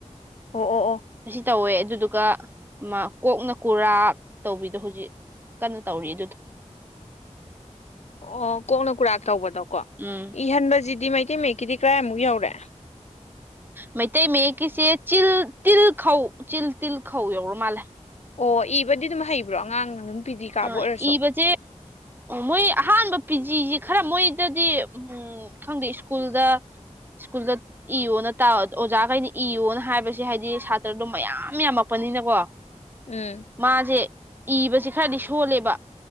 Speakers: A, on the left (about 65°); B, on the right (about 15°).
A: ꯑꯣ ꯑꯣ ꯑꯣ
B: ꯑꯁꯤ ꯇꯧꯋꯦ ꯑꯗꯨꯗꯨꯒ ꯑꯃ ꯀꯣꯛꯅ ꯀꯨꯔꯥꯛ ꯇꯧꯕꯤꯗꯣ ꯍꯧꯖꯤꯛ ꯀꯟꯅ ꯇꯧꯔꯤ ꯑꯗꯨꯗꯣ
A: ꯑꯣ ꯀꯣꯛꯅ ꯀꯨꯔꯥꯛ ꯇꯧꯕꯗꯣꯀꯣ
B: ꯎꯝ
A: ꯏꯍꯟꯕꯁꯤꯗꯤ ꯃꯩꯇꯩ ꯃꯌꯦꯛꯀꯤꯗꯤ ꯀꯔꯥꯏꯃꯨꯛ ꯌꯧꯔꯦ
B: ꯃꯩꯇꯩ ꯃꯌꯦꯛꯀꯤꯁꯦ ꯆꯤꯜ ꯇꯤꯜ ꯈꯧ ꯆꯤꯜ ꯇꯤꯜ ꯈꯧ ꯌꯧꯔ ꯃꯥꯜꯂꯦ
A: ꯑꯣ ꯏꯕꯗꯤ ꯑꯗꯨꯝ ꯍꯩꯕ꯭ꯔꯣ ꯑꯉꯥꯡꯅ ꯑꯗꯨꯝ ꯄꯤ ꯖꯤ ꯀꯥꯕ
B: ꯎꯝ
A: ꯑꯣꯏꯔꯁꯨ
B: ꯏꯕꯁꯦ ꯃꯣꯏ ꯑꯍꯥꯟꯕ ꯄꯤꯖꯤꯁꯤ ꯈꯔ ꯃꯣꯏꯗꯗꯤ ꯎꯝ ꯎꯝ ꯈꯪꯗꯦ ꯁ꯭ꯀꯨꯜꯗ ꯁ꯭ꯀꯨꯜꯗ ꯏꯌꯣ ꯅ ꯇꯥ ꯑꯣꯖꯥꯈꯩꯅ ꯏꯌꯣꯅ ꯍꯥꯏꯕꯁꯦ ꯍꯥꯏꯗꯤ ꯁꯥꯇ꯭ꯔꯗꯣ ꯃꯌꯥꯝ ꯌꯥꯝꯃꯛꯄꯅꯤꯅꯀꯣ
A: ꯎꯝ
B: ꯃꯥꯁꯦ ꯏꯕꯁꯦ ꯈꯔꯗꯤ ꯁꯣꯜꯂꯦꯕ